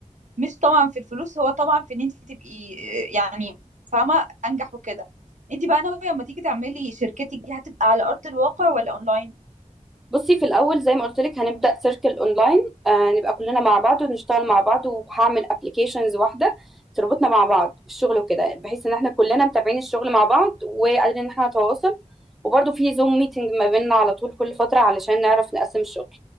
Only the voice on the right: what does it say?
مش طبعا في الفلوس هو طبعا في ان انت تبقي آه، يعني فاهمه انجح وكده انت بقى ناويه لما تيجي تعملي شركتك دي هتبقى على ارض الواقع ولا اونلاين